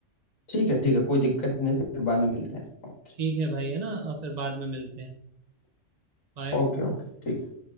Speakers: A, on the left; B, on the right.
A: ठीक है, ठीक है, कोई दिक्कत नहीं फिर बाद में मिलते हैं। ओके,
B: ठीक है भाई है ना अ, फिर बाद में मिलते हैं बाय
A: ओके, ओके, ठीक। है।